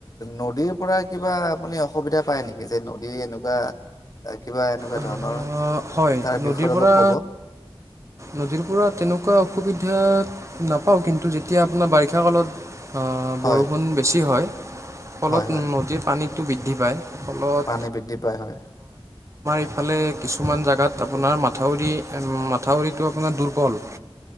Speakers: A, on the left; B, on the right.
A: নদীৰ পৰা কিবা আপুনি অসুবিধা পায় নেকি যে নদী এনেকুৱা কিবা এনেকুৱা
B: আহ,
A: ধৰণৰ
B: হয়
A: তাৰ
B: নদীৰ
A: বিষয়ত
B: পৰা
A: অলপ ক'ব
B: নদীৰ পৰা তেনেকুৱা অসুবিধা নাপাও কিন্তু যেতিয়া এতিয়া আপোনাৰ বাৰিষা কালত
A: হয়
B: বৰষুণ বেছি হয় ফলত
A: হয় হয়
B: নদীৰ পানীত টো বৃদ্ধি পায় ফলত
A: পানী বৃদ্ধি পায় হয়
B: ইফালে কিছুমান জোগাত আপোনাৰ মাথাউৰি মাথাউৰিত টো আপোনাৰ দুৰ্বল